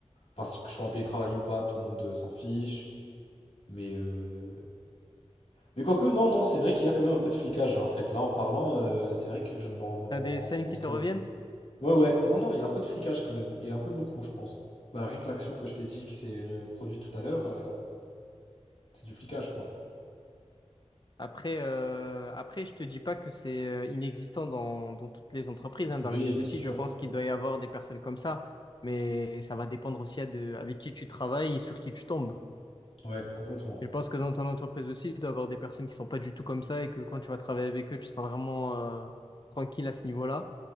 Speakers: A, on the left; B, on the left.
A: enfin si je suis en télétravail ou pas, tout le monde euh, s'en fiche. Mais, euh, Mais quoique, non, non, c'est vrai qu'il y a quand même un peu de flicage hein, en fait. Là, en parlant, euh, c'est vrai que je ne m'en m'en-
B: T'as
A: m'en
B: des
A: rends
B: scènes
A: compte
B: qui
A: que.
B: te reviennent?
A: Ouais, ouais, non, non, il y a un peu de flicage quand même. Et un peu beaucoup, je pense. Bah, rien que l'action que je t'ai dit qui s'est euh, produite tout à l'heure, euh, c'est du flicage, quoi.
B: Après, euh, après, je te dis pas que c'est euh, inexistant dans, dans toutes les entreprises, hein.
A: Oui,
B: Dans la mienne
A: bien
B: aussi,
A: sûr.
B: je pense qu'il doit y avoir des personnes comme ça, mais ça va dépendre aussi à de, avec qui tu travailles et sur qui tu tombes.
A: Ouais, complètement.
B: Je pense que dans ton entreprise aussi, il doit y avoir des personnes qui sont pas du tout comme ça et que quand tu vas travailler avec eux, tu seras vraiment euh, tranquille à ce niveau-là.